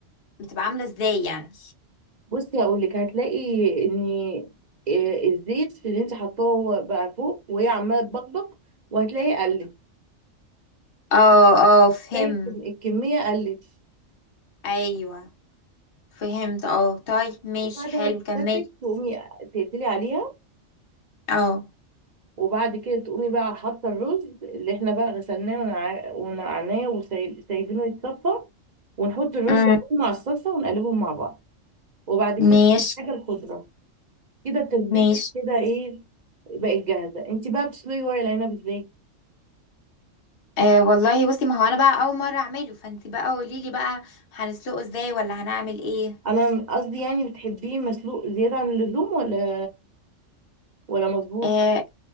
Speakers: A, on the left; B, on the right.
A: بتبقى عامله ازاي يعني
B: بصي هقول لك هتلاقي ان إيه الزيت اللي انت حطاه هو بقى فوق وهي عماله تبقبق وهتلاقي قلت
A: اه اه فهم
B: تلاقي الكم- الكميه قلت
A: ايوه فهمت اه طيب ماشي
B: وبعد
A: حلو
B: ما
A: كملي
B: تتسبك تقومي تقفلي عليها
A: اه
B: وبعد كده تقومي بقى حاطه الرز اللي احنا بقى غسلناه ونع- ونقعناه وسايبينه يتصفى ونحط الرز
A: أمم،
B: مع الصلصه ونقلبهم مع بعض وبعد كده
A: ماشي
B: حاجه الخضره كده التسبيكه
A: ماشي
B: كده ايه بقت جاهزه انت بقى بتسلقي ورق العنب ازاي
A: أه والله بصي ما هو انا بقى اول مره اعمله فانت بقى قولي لي بقى هنسلقه ازاي ولا هنعمل ايه
B: انا قصدي يعني بتحبيه مسلوق زياده عن اللزوم ولا ولا مظبوط
A: اه